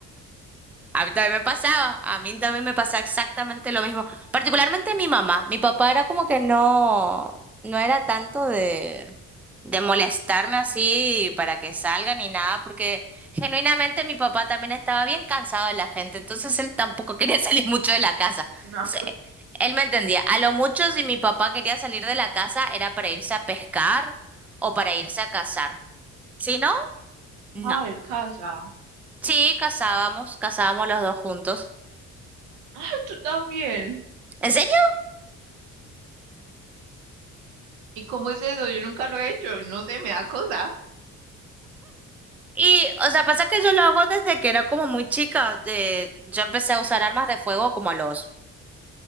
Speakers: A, in the centre; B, on the right.
A: A mí también me pasaba, a mí también me pasaba exactamente lo mismo. Particularmente mi mamá, mi papá era como que no, no era tanto de, de molestarme así para que salga ni nada, porque genuinamente mi papá también estaba bien cansado de la gente, entonces él tampoco quería <laughs> salir mucho de la casa.
B: No,
A: Entonces, él me entendía. A lo mucho si mi papá quería salir de la casa era para irse a pescar o para irse a cazar. Si no, no.
B: no, el casa.
A: Sí, cazábamos, cazábamos los dos juntos.
B: Ay, tú también.
A: En serio,
B: ¿Y cómo es eso? Yo nunca lo he hecho, no sé, me da cosa.
A: Y, o sea, pasa que yo lo hago desde que era como muy chica. De, yo empecé a usar armas de fuego como a los